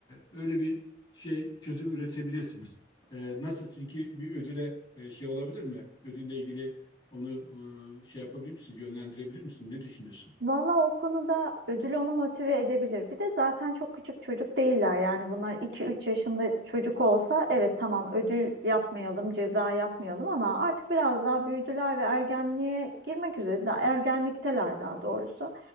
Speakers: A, on the left (about 25°); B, on the right (about 70°).
A: öyle bir şey çözüm üretebilirsiniz. E, nasıl sizinki bir ödüle e, şey olabilir mi? Ödülle ilgili onu e, şey yapabilir misiniz? Yönlendirebilir misiniz? Ne düşünüyorsun?
B: Valla o konuda ödül onu motive edebilir. Bir de zaten çok küçük çocuk değiller. Yani bunlar iki üç yaşında çocuk olsa evet tamam ödül yapmayalım, ceza yapmayalım ama artık biraz daha büyüdüler ve ergenliğe girmek üzere. Daha ergenlikteler daha doğrusu.